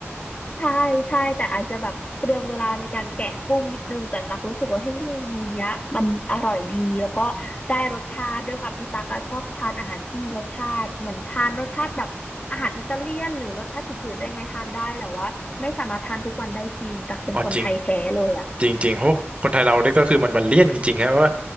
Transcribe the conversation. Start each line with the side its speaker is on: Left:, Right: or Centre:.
Left: ใช่ใช่แต่อาจจะแบบเปลืองเวลาในการแกะกุ้งนิดนึงแต่ตักรู้สึกว่าเฮ้ยเมนูเนี้ยมันอร่อยดีแล้วก็ได้รสชาติด้วยความที่ตักอะชอบทานอาหารที่มีรสชาติเหมือนทานรสชาติแบบอาหารอิตาเลียนหรือรสชาติจืดๆได้ไหมทานได้แต่ว่าไม่สามารถทานทุกวันได้จริงตักเป็นคนไทยแท้เลยอ่ะ
Right: อ๋อจริงจริงจริงเพราะคนไทยเรานี่ก็คือมันมันเลี่ยนจริงๆครับเพราะว่า